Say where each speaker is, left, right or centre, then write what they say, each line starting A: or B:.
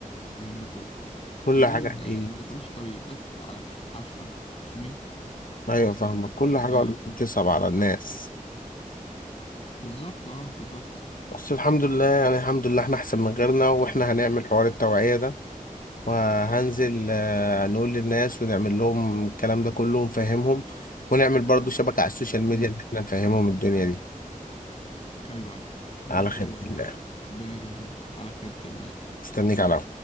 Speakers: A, on the left; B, on the left.
A: الكلام ده كله
B: كل
A: دول
B: حاجة هتيجي
A: يعني ما دخلوش الطريق بس على الحافة فاهمني
B: ايوه فاهمك كل حاجه
A: ف
B: والله بتصعب على الناس
A: بالظبط اه بالظبط
B: بس الحمد لله يعني الحمد لله احنا احسن من غيرنا واحنا هنعمل حوار التوعيه ده وهنزل آه، نقول للناس ونعمل لهم الكلام ده كله ونفهمهم ونعمل برضو شبكه على السوشيال ميديا
A: امم
B: ان احنا نفهمهم الدنيا دي
A: ايوه ايوه زي
B: على
A: الفل
B: خير
A: والله
B: الله
A: ربنا يجازيك على خيرة ال
B: مستنيك على